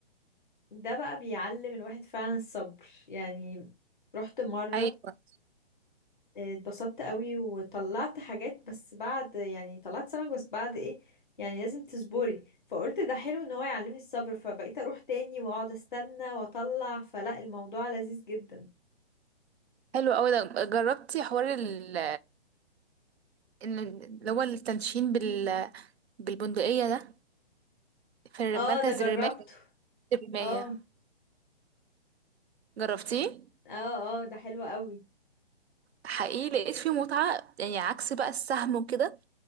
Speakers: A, in the centre; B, on the right.
A: ده بقى بيعلم الواحد فعلا الصبر يعني رحت مرة
B: ايوه
A: آه، اتبسطت قوي وطلعت حاجات بس بعد يعني طلعت سمك بس بعد ايه يعني لازم تصبري فقلت ده حلو ان هو يعلمني الصبر فبقيت اروح تاني واقعد استنى واطلع فلا الموضوع لذيذ جدا
B: حلو قوي ده جربتي حوار ال إن اللي هو التنشين بال بالبندقية ده في
A: اه
B: مركز
A: ده جربته
B: الرماية الرماية
A: اه
B: جربتيه
A: اه اه ده حلو قوي
B: حقيقي لقيت فيه متعة يعني عكس بقى السهم وكده